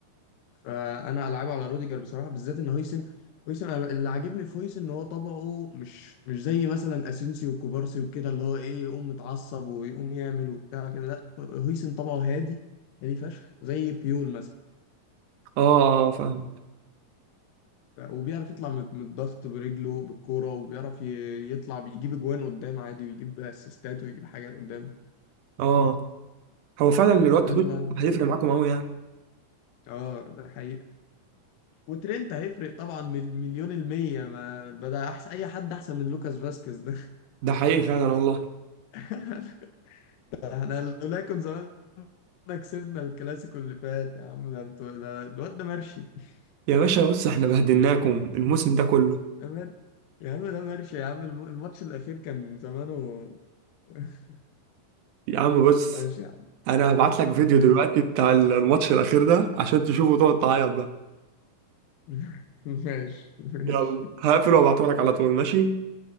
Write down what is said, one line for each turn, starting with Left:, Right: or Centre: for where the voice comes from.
Left: فأنا ألعبه على روديجر بصراحة بالذات إن هويسن هويسن أنا اللي عاجبني في هويسن إن هو طبعه مش مش زي مثلا أسينسي وكوبارسي وكده اللي هو إيه يقوم متعصب ويقوم يعمل وبتاع كده لا هويسن طبعه هادي هادي فشخ زي بيول مثلا
Right: اه اه فاهم
Left: ف- وبيعرف يطلع من من الضغط برجله بالكوره وبيعرف ي- يطلع بيجيب اجوان قدام عادي ويجيب اسيستات ويجيب حاجات قدام
Right: اه هو فعلا الواد
Left: فده
Right: هوش
Left: اللي انا بحبه
Right: هيفرق معاكم
Left: فيه بصراحه
Right: قوي يعني
Left: اه ده حقيقة وترينت هيفرق طبعا مل- مليون المية ما بدأ أحسن أي حد أحسن من لوكاس فاسكيز ده
Right: ده حقيقي فعلا والله
Left: <laughs> احنا لولا كنا زمان كسبنا الكلاسيكو اللي فات يا عم ده انتوا ده الواد ده مرشي <laughs>
Right: يا باشا بص احنا بهدلناكم الموسم ده كله
Left: أمان. يا عم ده مرشي يا عم الم- الماتش الأخير كان زمانه <laughs>
Right: يا عم بص
Left: ماشي يا عم
Right: انا هبعت لك فيديو
Left: ننزل
Right: دلوقتي بتاع الماتش الاخير ده عشان تشوفه وتقعد تعيط بقى
Left: <laughs> ماشي ماشي
Right: يلا هقفل وابعته لك على طول ماشي